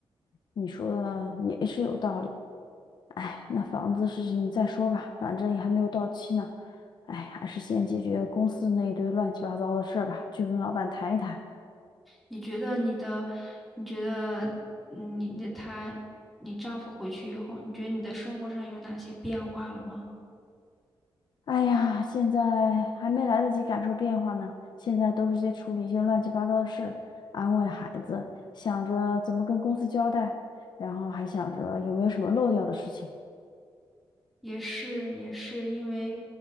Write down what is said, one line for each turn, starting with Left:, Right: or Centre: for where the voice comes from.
Left: 你说的也是有道理。哎，那房子事情再说吧，反正也还没有到期呢。哎，还是先解决公司那一堆乱七八糟的事儿吧，去跟老板谈一谈。
Centre: 你觉得你的，你觉得嗯你的他，你丈夫回去以后，你觉得你的生活上有哪些变化了吗？
Left: 哎呀，现在还没来得及感受变化呢，现在都是在处理一些乱七八糟的事，安慰孩子，想着怎么跟公司交代，然后还想着有没有什么漏掉的事情。
Centre: 也是，也是因为，